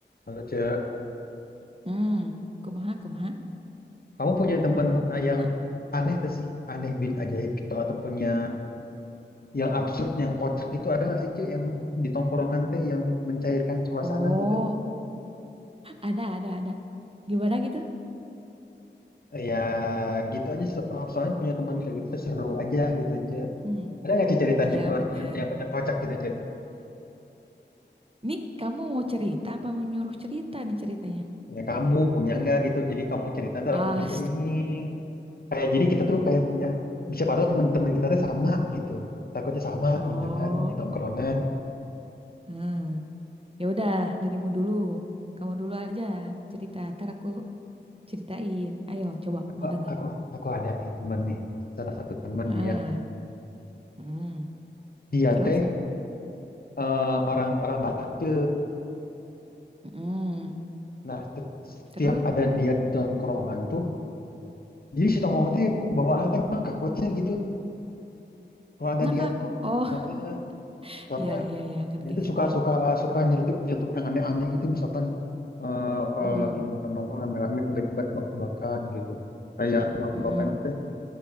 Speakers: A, on the left; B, on the right.
A: Halo, Ce.
B: Hmm, kumaha, kumaha.
A: Kamu punya temen eh,
B: Mana?
A: yang aneh tuh sih? Aneh bin ajaib gitu. Atau punya yang absurd, yang kocak gitu. Ada nggak sih, Ce? Yang di tongkrongan teh yang mencairkan suasana
B: Oh,
A: gitu?
B: ada, ada, ada. Gimana gitu?
A: Eh, Ya, gitu aja. so- oh, Soalnya punya teman kayak gitu tuh seru aja gitu, Ce.
B: Hmm,
A: Ada nggak sih ceritanya
B: iya
A: ko-
B: bener.
A: yang, yang kocak-kocak gitu, Ce?
B: Nih, kamu mau cerita apa mau nyuruh cerita nih ceritanya?
A: Ya, kamu punya nggak gitu? Jadi kamu cerita, ntar
B: Ah,
A: aku juga ini. Kayak jadi kita tuh kayak punya... Siapa tahu teman-teman kita tuh sama gitu. Takutnya sama
B: <laughs> oh.
A: gitu kan di tongkrongan.
B: Hmm. Ya udah, dirimu dulu. Kamu dulu aja cerita, ntar aku ceritain. Ayo, coba
A: Aku
B: mau denger.
A: aku aku ada nih temen nih, salah satu temen
B: Ah,
A: nih ya.
B: hmm.
A: Dia
B: Terus?
A: teh eh, orang orang Batak ke,
B: Hmm.
A: nah se- setiap
B: Terus?
A: ada dia di tongkrongan tuh, jadi si tongkrongan teh bawaannya teh mangkak wece gitu. Kalau ada
B: Ngakak.
A: dia tuh,
B: Oh,
A: Heeh.
B: <laughs>
A: soalnya
B: iya, iya, iya, ngerti,
A: dia tuh
B: ngerti.
A: suka suka suka nyeletuk nyeletuk yang aneh-aneh gitu, misalkan eh, kalau
B: Hmm.
A: lagi nongkrong nongkrong rame-rame tiba-tiba tebak-tebakan gitu. Kayak tebak-tebakannya
B: Hmm.
A: teh,